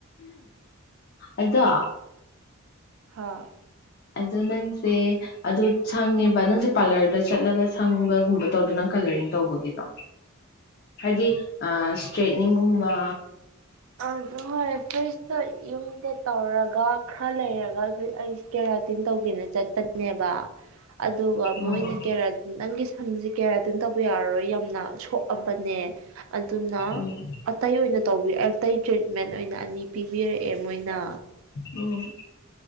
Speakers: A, on the left; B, on the right.
A: ꯑꯗꯨꯣ
B: ꯍꯥꯥ
A: ꯑꯗꯣ ꯅꯪꯁꯦ ꯑꯗꯨ ꯁꯪꯉꯦꯕ ꯅꯪꯁꯦ ꯄꯥꯔꯂꯔꯗ ꯆꯠꯂꯒ ꯁꯪꯕꯒꯨꯝꯕ ꯇꯧꯗ ꯅꯪ ꯀꯂꯔꯤꯡ ꯇꯧꯕꯒꯤꯗꯣ꯫ ꯍꯥꯏꯗꯤ ꯁꯇ꯭ꯔꯦꯠꯅꯤꯡꯒꯨꯝ ꯋꯥ
B: ꯑꯗꯨ ꯍꯣꯏ ꯐꯤꯁꯇ ꯌꯨꯝꯗ ꯇꯧꯔꯒ ꯈꯔ ꯂꯩꯔꯒ ꯑꯩꯈꯣꯏ ꯑꯩ ꯀꯦꯔꯥꯇꯤꯟ ꯇꯧ ꯇꯦꯅ ꯆꯠꯄꯅꯦꯕ ꯑꯗꯨꯒ ꯃꯣꯏꯅ
A: ꯎꯝ
B: ꯀꯦꯔꯥ ꯅꯪꯒꯤ ꯁꯝꯁꯦ ꯀꯦꯔꯥꯇꯤꯟ ꯇꯧꯕ ꯌꯥꯔꯔꯣꯏ ꯌꯥꯝꯅ ꯁꯣꯛꯑꯕꯅꯦ ꯑꯗꯨꯅ
A: ꯎꯝ
B: ꯑꯇꯩ ꯑꯣꯏꯅ ꯇꯧꯕꯤ ꯑ ꯑꯩ ꯇ꯭ꯔꯤꯠꯃꯦꯟ ꯑꯣꯏꯅ ꯑꯅꯤ ꯄꯤꯕꯤꯔꯛꯑꯦ ꯃꯣꯏꯅ꯫
A: ꯎꯝ